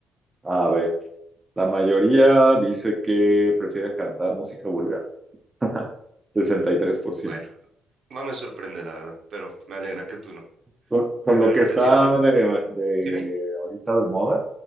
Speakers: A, on the right; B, on the right.
A: A ver, la mayoría dice que prefiere cantar música vulgar. <laughs> 63%.
B: Bueno. No me sorprende, la verdad, pero me alegra que tú no.
A: Con, con
B: Pero
A: lo que
B: ahora
A: está
B: te tiro yo una.
A: de, de
B: Dime.
A: ahorita de moda,